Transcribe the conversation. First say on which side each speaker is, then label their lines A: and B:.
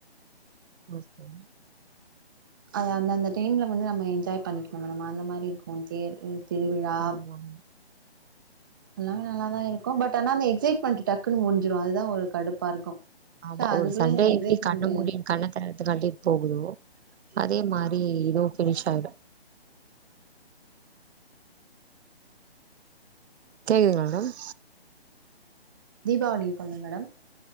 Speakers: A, on the right; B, on the right.
A: ஓகே
B: அது அந்தந்த டைம்ல வந்து நம்ம என்ஜாய் பண்ணிக்கணும் மேடம் அந்த மாரி இருக்கும் தேரு திருவிழா
A: ஆமா
B: எல்லாமே நல்லாதா இருக்கும் பட் ஆனா அந்த எக்ஸைட்மெண்ட் டக்குன்னு முடிஞ்சுரு அதுதா ஒரு கடுப்பா இருக்கோ
A: ஆமா
B: ச அதுக்குள்ள
A: ஒரு சண்டே
B: எங்க எக்ஸைட்மென்டு
A: எப்டி கண்ண மூடி கண்ண <unintelligible> போகுதுவோ அதே மாரி இதுவு ஃப்னிஷ் ஆய்டு கேக்குதுங்களா மேடம்
B: தீபாவளிய கொண்டன் மேடம்